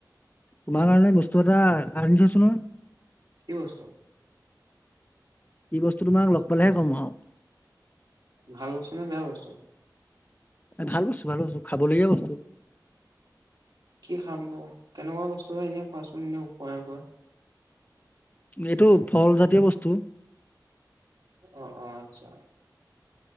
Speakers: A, on the left; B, on the right.
A: তোমাৰ কাৰণে বস্তু এটা আনিছচোন নহ
B: কি বস্তু
A: কি বস্তু তোমাক লগ পালেহে কম আৰু
B: ভাল বস্তা নে বেয়া বস্তু
A: ভাল বস্তু ভাল বছো খাবলগীয়া বস্তু
B: কি খাম কেনেকুৱা বস্তু হয় এনে খোৱাচোন এনে ওপৰে ওপৰত
A: এইটো ফলজাতীয় বস্তু
B: অ অ আচ্ছা